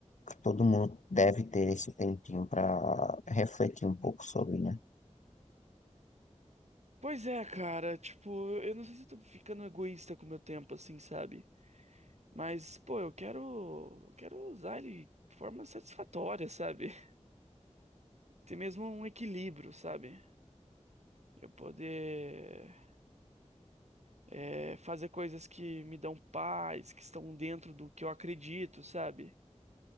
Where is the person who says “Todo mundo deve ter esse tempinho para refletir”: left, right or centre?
Left